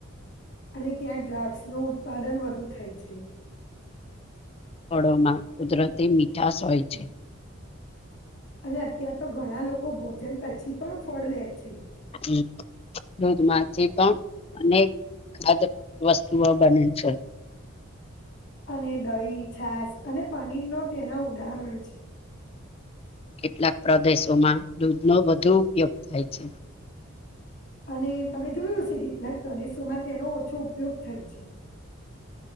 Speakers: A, on the left; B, on the left.
A: અને ક્યાંક દ્રાક્ષ નું ઉત્પાદન વધુ થાય છે.
B: ફળોમાં કુદરતી મીઠાશ હોય છે.
A: અને અત્યાર તો ઘણા લોકો ભોજન પછી પણ ફળ લે છે.
B: હમ્મ. દૂધમાંથી પણ અનેક ખાદ્ય વસ્તુઓ બને છે.
A: અને દહીં, છાસ અને પનીરનો તેના ઉદાહરણ છે.
B: કેટલાક પ્રદેશોમાં દૂધનો વધુ ઉપયોગ થાય છે.
A: અને તમે જોયું હશે કેટલાક પ્રદેશોમાં તેનો ઓછો ઉપયોગ થાય છે.